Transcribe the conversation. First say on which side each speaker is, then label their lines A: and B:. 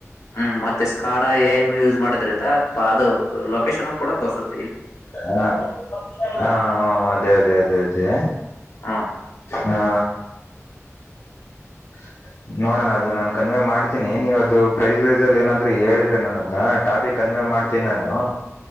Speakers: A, on the left (about 80°); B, on the left (about 50°).
A: ಹ್ಮ್ ಮತ್ತೆ ಸ್ಕಾಡ ಏನೂ ಯೂಸ್ ಮಾಡೋದ್ರಿಂದ ಅದು ಲೋಕೇಷನ್ ಕೂಡ ತೋರುಸುತ್ತ್
B: ಹಾ ಹಾ ಅದೇ ಅದೇ ಅದೇ ಅದೇ
A: ಹಾ
B: ಹಾ ಹ ನೋಡೋಣ ಅದು ನಾನ್ ಕನ್ವೇ ಮಾಡ್ತೀನಿ ನೀವು ಅದು ಪ್ರೈಸ್ ವೈಸ್ ಅಲ್ಲಿ ಏನಾದ್ರು ಹೇಳಿದ್ರೆ ನಾನು ಅದನ್ನ ಟಾಪಿಕ್ ಕನ್ವೇ ಮಾಡ್ ತ್ತೀನ್ ನಾನು